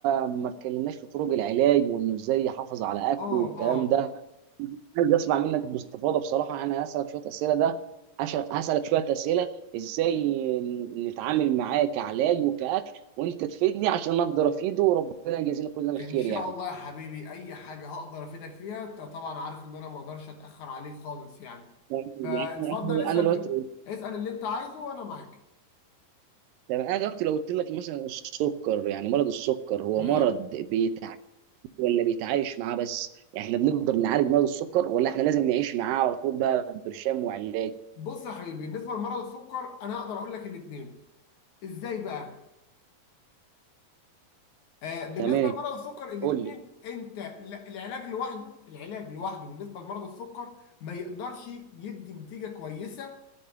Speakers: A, on the right; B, on the left.
A: ما اتكلمناش في طرق العلاج وانه ازاي يحافظ على اكله
B: اه
A: والكلام
B: اه
A: ده عايز اسمع منك باستفاضه بصراحه انا هسالك شويه اسئله ده هش- هسالك شويه اسئله ازاي نتعامل معاه كعلاج وكاكل وانت تفيدني عشان اقدر افيده وربنا يجازينا كلنا الخير
B: ان شاء
A: يعني
B: الله يا حبيبي اي حاجه هقدر افيدك فيها انت طبعا عارف ان انا ما اقدرش اتاخر عليك خالص يعني
A: يعني
B: فاتفضل
A: يعني انا
B: اسال
A: أنا دلوقتي
B: في ال- اسال اللي انت عايزه وانا معاك
A: طب انا دلوقتي لو قلت لك مثلا السكر يعني مرض السكر هو
B: تمام
A: مرض بيتعالج ولا بيتعايش معاه بس يعني احنا بنقدر نعالج مرض السكر ولا احنا لازم نعيش معاه على طول بقى برشام وعلاج
B: بص يا حبيبي بالنسبه لمرض السكر انا هقدر اقول لك الاثنين ازاي بقى آه بالنسبه
A: تمام
B: لمرض السكر الاثنين
A: قول لي
B: انت لا- العلاج لوحده العلاج لوحده بالنسبه لمرض السكر ما يقدرش يدي نتيجه كويسه